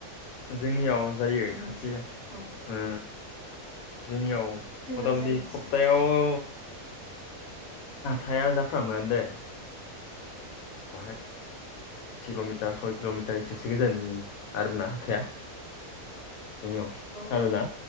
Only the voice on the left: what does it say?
जोंनियाव जायो
खाथि खाथि
ओ जोंनियाव
मथा
मथि
सप्तायाव हाया जाफ मोन दे बाहाय किल'मिटार सय किल'मिटार एसेसो गोजाननि आरो ना हाथाया जोंनियाव
खोनादोंना